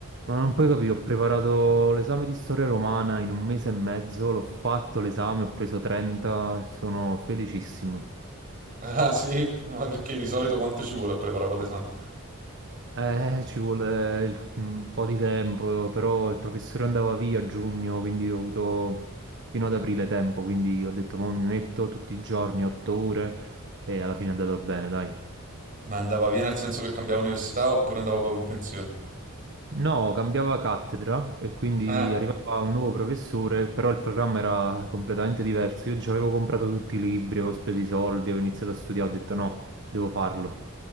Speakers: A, on the right; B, on the right.
A: Ma non puoi capire, ho preparato l'esame di storia romana in un mese e mezzo, l'ho fatto l'esame, ho preso 30 e sono felicissimo.
B: Ah sì, ma perché di solito quanto ci vuole a preparare quell'esame?
A: Eh, ci vuole eh, il- un po' di tempo, però il professore andava via a giugno, quindi ho avuto fino ad aprile tempo, quindi ho detto, ma mi metto tutti i giorni, 8 ore, e alla fine è andato bene, dai.
B: Ma andava via nel senso che cambiava università oppure andava proprio in pensione?
A: No, cambiava cattedra e quindi
B: Ah,
A: arrivava un nuovo professore, però il programma era completamente diverso. Io già avevo comprato tutti i libri, avevo speso i soldi, avevo iniziato a studiare, ho detto no, devo farlo.
B: ma-